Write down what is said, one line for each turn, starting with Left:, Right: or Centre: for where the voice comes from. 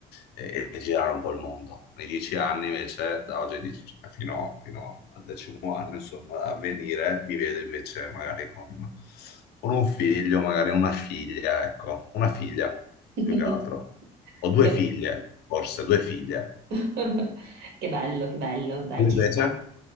Left: e, e girare un po' il mondo. Nei dieci anni invece, da oggi ai dieci- cioè, fino, fino al decimo anno, insomma, a venire, mi vedo invece magari con, con un figlio, magari una figlia, ecco, una figlia
Right: Mhm.
Left: più che altro. Ho due
Right: <laughs> Che-
Left: figlie, forse, due figlie.
Right: <laughs> Che bello, che bello, dai,
Left: Tu
Right: ci
Left: invece?
Right: sta.